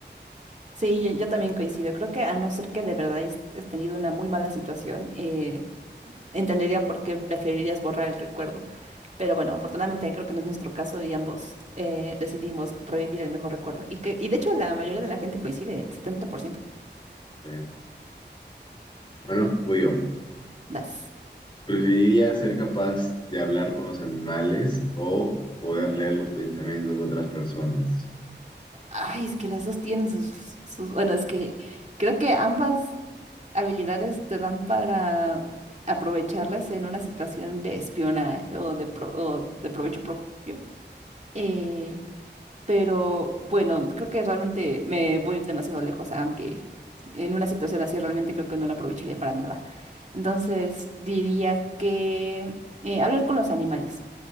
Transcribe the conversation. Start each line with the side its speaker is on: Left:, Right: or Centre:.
Right: Sí, yo, yo también coincido. Creo que a no ser que de verdad hayas hayas tenido una muy mala situación, eh, entendería por qué preferirías borrar el recuerdo. Pero bueno, afortunadamente creo que no es nuestro caso y ambos eh, decidimos revivir el mejor recuerdo. Y, que, y de hecho la mayoría de la gente coincide, el setenta por ciento
Left: Eh, Bueno, voy yo.
Right: Vas.
Left: Preferiría ser capaz de hablar con los animales o poder leer los pensamientos de otras personas.
Right: Ay, es que las dos tienen sus, sus... Bueno, es que creo que ambas habilidades te dan para aprovecharlas en una situación de espionaje o de, pro- o de provecho propio. Eh, Pero bueno, creo que realmente me voy demasiado lejos, aunque en una situación así realmente creo que no la aprovecharía para nada. Entonces diría que eh, hablar con los animales.